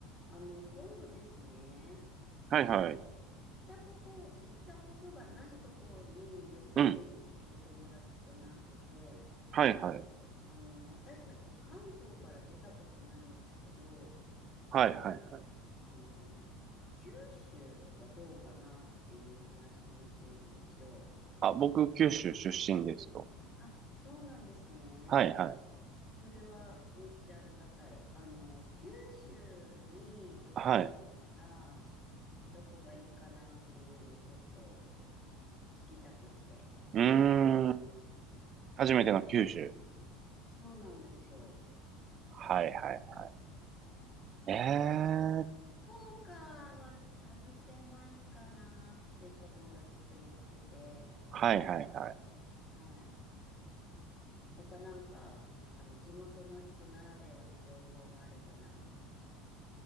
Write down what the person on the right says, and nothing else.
はいはい。
うん。はいはい。
はいはい。
あ、僕、九州出身ですよ。
はいはい。
はい。
うーん。初めての九州。
はいはい。え
ー。
はいはいはい。